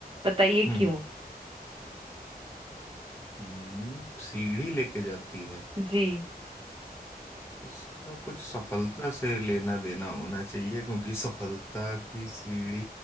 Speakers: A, on the right; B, on the left.
A: बताइए
B: हम्म
A: क्यों
B: हम्म हम्म, सीढ़ी लेके जाती है
A: जी
B: इसका कुछ सफलता से लेना देना होना चाहिए क्योंकि सफलता की सीढ़ी